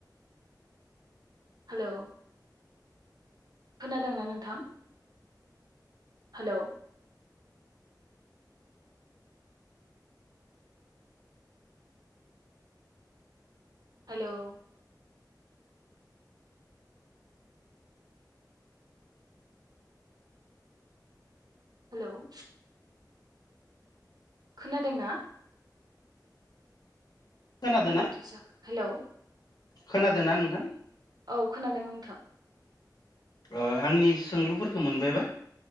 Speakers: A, on the right (about 60°); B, on the left (about 60°).
A: हेल' खोनादोंना नोंथां? हेलौ हेल' हेल' खोनादोंना?
B: खोनादों
A: मानो
B: ना
A: बिदि जाखो हेल'
B: खोनादों ना नोंथां?
A: औ खोनादों नोंथां।
B: ओ आंनि सोंलुफोरखौ मोनबायबा?